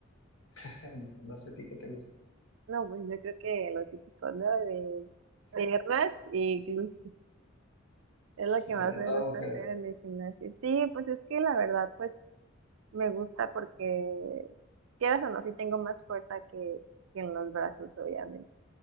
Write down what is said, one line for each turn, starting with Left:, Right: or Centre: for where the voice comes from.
Left: <laughs> No sé a ti qué te gusta.
Right: No, pues yo creo que lo típico, ¿no? De piernas y glúteos. Es lo que
Left: Lo
Right: más
Left: que
Right: me
Left: todas
Right: gusta
Left: mujeres.
Right: hacer en el gimnasio. Sí, pues es que la verdad, pues me gusta porque, quieras o no, sí tengo más fuerza que, que en los brazos, obviamente.